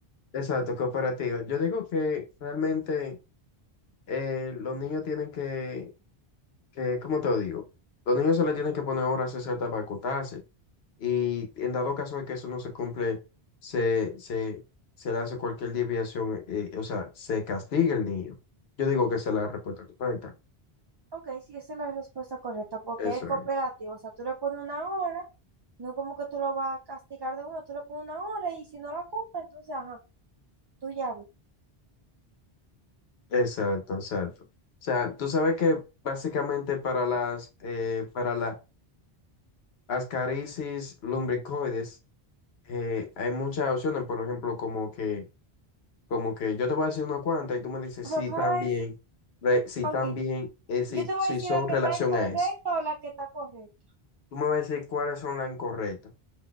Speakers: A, on the left (about 80°); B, on the right (about 45°).
A: exacto, cooperativo. Yo digo que realmente... eh, los niños tienen que, que, ¿cómo te lo digo? Los niños se le tienen que poner horas exactas para acotarse. Y en dado caso de que eso no se cumple, se, se, se le hace cualquier desviación, eh, o sea, se castiga el niño. Yo digo que esa es la respuesta correcta.
B: Ok, sí, esa es la respuesta correcta, porque
A: Eso,
B: es cooperativo. O sea, tú le pones una hora, no como que tú lo vas a castigar de uno, tú le pones una hora y si no la cumple, entonces, ajá, tú ya ves.
A: exacto, exacto. O sea, tú sabes que básicamente para las, eh, para las ascarisis lumbricoides, eh, hay muchas opciones, por ejemplo, como que Como que yo te voy a decir una cuanta y tú me dices
B: O sea,
A: si
B: tú
A: también,
B: me vas a decir,
A: re- si
B: ok,
A: también, eh, si,
B: yo te voy
A: si
B: a decir
A: son
B: la que
A: relación
B: está incorrecta
A: a eso.
B: o la que está correcta.
A: Tú me vas a decir cuáles son las incorrectas.